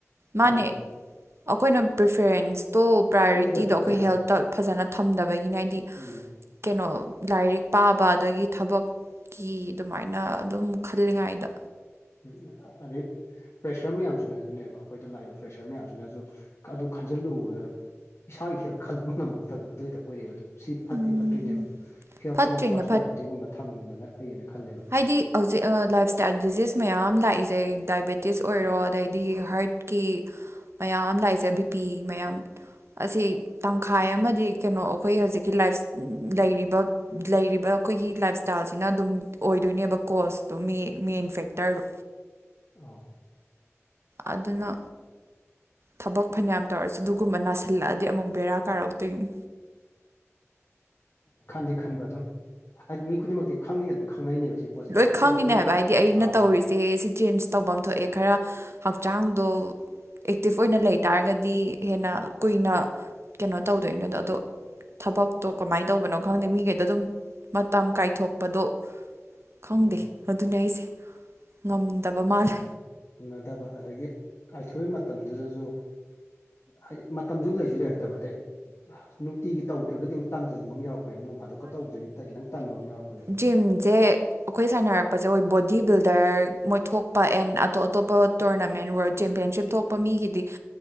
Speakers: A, on the right; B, on the left.
A: ꯃꯥꯅꯦ
B: ꯌꯥꯝꯅ
A: ꯑꯩꯈꯣꯏꯅ ꯄ꯭ꯔꯤꯐꯔꯦꯟꯁꯇꯣ ꯄ꯭ꯔꯥꯏꯌꯣꯔꯤꯇꯤꯗꯣ
B: ꯄꯤꯗꯕꯗꯣ
A: ꯑꯩꯈꯣꯏ
B: ꯀꯌꯥ
A: ꯍꯦꯜꯠꯇ ꯐꯖꯅ ꯊꯝꯗꯕꯒꯤꯅꯦ ꯍꯥꯏꯗꯤ
B: ꯎꯝ
A: ꯀꯩꯅꯣ ꯂꯥꯏꯔꯤꯛ ꯄꯥꯕ ꯑꯗꯒꯤ ꯊꯕꯛ ꯀꯤ ꯗꯨꯃꯥꯏꯅ ꯑꯗꯨꯝ ꯈꯜꯂꯤꯉꯥꯏꯗ
B: ꯎꯝ ꯑꯥ ꯑꯥ ꯑꯗꯦ ꯄ꯭ꯔꯦꯁꯔ ꯃꯌꯥꯝꯖꯤꯅꯖꯨꯅꯦꯕ ꯑꯩꯈꯣꯏꯗ ꯂꯥꯛꯏꯕ ꯄ꯭ꯔꯦꯁꯔ ꯃꯌꯥꯝꯖꯤꯅꯖꯨ ꯑꯗꯨ ꯈꯟꯖꯤꯜꯂꯨꯗ ꯏꯁꯥꯒꯤ ꯍꯦꯜ ꯈꯜꯕ ꯉꯝꯃꯛꯇꯕꯗꯣ ꯑꯗꯨꯏꯍꯛꯇ ꯑꯣꯏꯔꯛꯦꯕ ꯑꯗꯨ ꯁꯤ ꯐꯠꯇꯤ
A: ꯎꯝ
B: ꯐꯠꯇ꯭ꯔꯤꯅꯦꯕ ꯍꯦꯜꯇꯁꯤꯅ
A: ꯐꯠꯇ꯭ꯔꯤꯅꯦ
B: ꯐꯥꯔꯁ ꯄ꯭ꯔꯥꯏꯌꯣꯔꯤꯇꯤꯒꯨꯝꯕ ꯊꯝꯃꯝꯕꯒ ꯐꯩꯌꯦꯅ ꯈꯜꯂꯦꯕ
A: ꯑꯩꯗꯤ ꯍꯧꯖꯤꯛ ꯑꯥ ꯂꯥꯏꯞ ꯁ꯭ꯇꯥꯏꯜ ꯗꯤꯖꯤꯁ ꯃꯌꯥꯝ ꯂꯥꯛꯏꯁꯦ ꯗꯥꯏꯕꯦꯇꯤꯁ ꯑꯣꯏꯔꯣ ꯑꯗꯩꯗꯤ ꯍꯥꯔꯠ ꯀꯤ ꯃꯌꯥꯝ ꯂꯥꯛꯏꯁꯦ ꯕꯤ ꯄꯤ ꯃꯌꯥꯝ ꯑꯁꯤ ꯇꯪꯈꯥꯏ ꯑꯃꯗꯤ ꯀꯩꯅꯣ ꯑꯩꯈꯣꯏ ꯍꯧꯖꯤꯛꯀꯤ ꯂꯥꯏꯐ ꯂꯩꯔꯤꯕ ꯂꯩꯔꯤꯕ ꯑꯩꯈꯣꯏꯒꯤ ꯂꯥꯏꯞꯁ꯭ꯇꯥꯏꯜꯁꯤꯅ ꯑꯗꯨꯝ ꯑꯣꯏꯗꯣꯏꯅꯦꯕ ꯀꯣꯁꯇꯣ ꯃꯦ ꯃꯦꯟ ꯐꯦꯛꯇ꯭ꯔꯗꯣ
B: ꯑꯧ
A: ꯑꯗꯨꯅ ꯊꯕꯛ ꯐꯅꯌꯥꯝ ꯇꯧꯔꯁꯨ ꯑꯗꯨꯒꯨꯝꯕ ꯅꯥꯁꯤꯜꯂꯛꯑꯗꯤ ꯑꯃꯨꯛ ꯕꯦꯔꯥ ꯀꯥꯔꯛꯇꯣꯏꯅꯤ
B: ꯈꯟꯗꯤ ꯈꯟꯕ ꯑꯗꯨꯝ ꯍꯥꯏꯗꯤ ꯃꯤ ꯈꯨꯗꯤꯡꯃꯛꯇꯤ ꯈꯪꯗꯤ ꯑꯗꯨꯝ ꯈꯪꯅꯩꯅꯦꯕ ꯁꯤ ꯄꯣꯠꯁꯦ
A: ꯂꯣꯏ
B: ꯈꯪꯉꯒꯁꯨ
A: ꯈꯪꯉꯤꯅꯦ
B: ꯑꯗꯨꯝ
A: ꯍꯥꯏꯕ ꯍꯥꯏꯗꯤ ꯑꯩꯅ
B: ꯑꯥ
A: ꯇꯧꯔꯤꯁ ꯆꯦ ꯁꯤ ꯆꯦꯟꯖ ꯇꯧꯕꯝ ꯊꯣꯛꯑꯦ ꯈꯔ ꯍꯛꯆꯥꯡꯗꯣ ꯑꯦꯛꯇꯤꯞ ꯑꯣꯏꯅ ꯂꯩ ꯇꯥꯔꯒꯗꯤ ꯍꯦꯟꯅ ꯀꯨꯏꯅ ꯀꯩꯅꯣ ꯇꯧꯗꯣꯏꯅꯦꯗꯣ ꯑꯗꯣ ꯊꯕꯛꯇꯣ ꯀꯃꯥꯏ ꯇꯧꯕꯅꯣ ꯈꯪꯗꯦ ꯃꯤꯒꯩꯗꯣ ꯑꯗꯨꯝ ꯃꯇꯝ ꯀꯥꯏꯊꯣꯛꯄꯗꯣ ꯈꯪꯗꯦ
B: ꯎꯝ
A: ꯑꯗꯨꯅꯦ ꯑꯩꯁꯦ ꯉꯝꯗꯕ ꯃꯥꯜꯂꯦ
B: ꯎꯅꯗꯕ ꯑꯗꯥꯒꯤ ꯀꯥꯏꯊꯣꯏ ꯃꯇꯝꯗꯨꯗꯥꯖꯨ ꯍꯥꯏꯗꯤ ꯃꯇꯝꯖꯨ ꯂꯩꯖꯨ ꯂꯩꯔꯛꯇꯕ ꯑꯗꯩ ꯅꯨꯡꯇꯤꯒꯤ ꯇꯧꯗ꯭ꯔꯒꯗꯤ ꯑꯃꯨꯛ ꯇꯥꯟꯖꯟꯕ ꯑꯃ ꯌꯥꯎꯔꯛꯄ ꯍꯣꯋꯦ ꯅꯣꯡ ꯐꯥꯗꯣꯛꯀ ꯇꯧꯕꯖꯤꯗꯤ ꯈꯤꯇꯪ ꯇꯟꯕ ꯑꯃ ꯌꯥꯎꯛꯄꯅꯦꯕ
A: ꯖꯤꯝꯖꯦ ꯑꯩꯈꯣꯏ ꯁꯥꯟꯅꯔꯛꯄꯁꯦ ꯑꯣꯏ ꯕꯣꯗꯤ ꯕꯤꯜꯗꯔ ꯃꯣꯏꯊꯣꯛꯄ ꯑꯦꯟ ꯑꯇꯣꯞ ꯑꯇꯣꯞꯄ ꯇꯣꯔꯅꯥꯃꯦꯟ ꯋꯥꯔꯜ ꯆꯦꯝꯄꯤꯌꯟꯁꯤꯞ ꯊꯣꯛꯄ ꯃꯤꯒꯤꯗꯤ